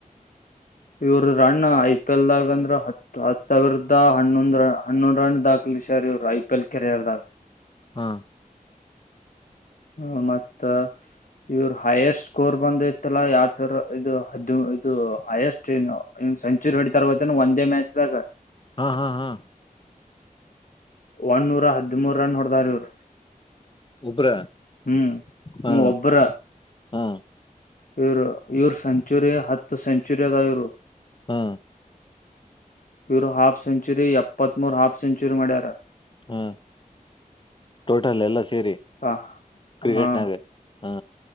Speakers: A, on the left; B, on the left.
A: ಇವರ ರಣನ್ ಐಪಿಎಲ್ದಾಗಂದ್ರೆ ಹ ಹ ಸಾವಿರದ ಹನ್ನೊ ಹನ್ನೊಂದು ರನ್ ದಾಖಲೆ ಇವರು ಐ ಪಿ ಎಲ್ ಕೆರಿಯರ್ದಾಗ
B: ಹಾ
A: ಹ ಮತ್ತ ಇವ್ರ ಹೈಯೆಸ್ಟ್ ಸ್ಕೋರ್ ಬಂದ ಇತ್ತಲ್ಲಾ ಎರಡ್ ಸಾವಿರ ಇದು ಹದ ಇದು ಹೈಯೆಸ್ಟ್ ಸೆಚುರಿ ಹೊಡಿ ತರ್ದ ಒಂದೇ ಮ್ಯಾಚ್್ದಾಗ
B: ಹಾ ಹಾ ಹಾ
A: ಒನೂರ ಹದಿಮೂರು ರನ್ ಹೊಡೆದಾರ್ ಇವರು
B: ಒಬ್ರ
A: ಹ್ಮ್
B: ಹಾ
A: ಹ್ಮ ಒಬ್ಬರ
B: ಹಾ
A: ಇವರು ಇವ್ರ ಸೆಂಚುರಿ ಹತ್ತು ಸೆಂಚುರಿ ಅದ ಇವರು
B: ಹಾ
A: ಇವರು ಹಾಫ್ ಸೆಂಚುರಿ ಎಪ್ಪತ್ತ್ ಮೂೂರು ಹಾಫ್ ಸೆಂಚುರಿ ಮಾಡ್ಯಾರೆ
B: ಹಾ ಟೋಟಲ್ ಎಲ್ಲ ಸೇರಿ
A: ಹ
B: ಕ್ರಿಕೆಟ್ನಾಗ
A: ಹಾ
B: ಹಾ